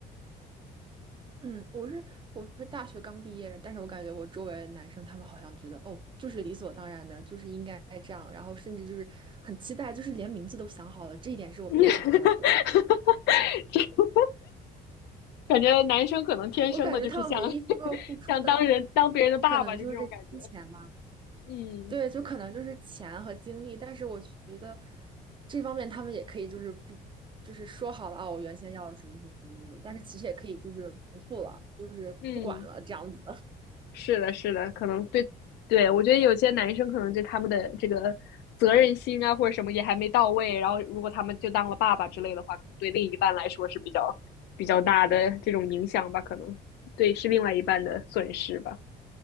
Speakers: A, on the right (about 30°); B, on the left (about 80°).
A: 嗯，我是我是大学刚毕业，但是我感觉我周围的男生他们好像觉得哦，就是理所当然的，就是应该这样，然后甚至就是很期待，就是连名字都想好了，这一点是我没有想到的。
B: <laughs> 这感觉男生可能天生的就是像
A: 我感觉他们唯一需要付出的
B: <laughs>，像当人当别人的爸爸，
A: 可能就是金钱吧，
B: 就这种感觉。嗯
A: 对，就可能就是钱和精力，但是我觉得这方面他们也可以就是不就是说好了啊，我原先要什么什么什么，但是其实也可以就是不付了，就是不管了这样子。
B: 嗯，是的，是的，可能对对，我觉得有些男生可能就他们的这个责任心啊或者什么也还没到位，然后如果他们就当了爸爸之类的话，可能对另一半来说是比较比较大的这种影响吧，可能对是另外一半的损失吧。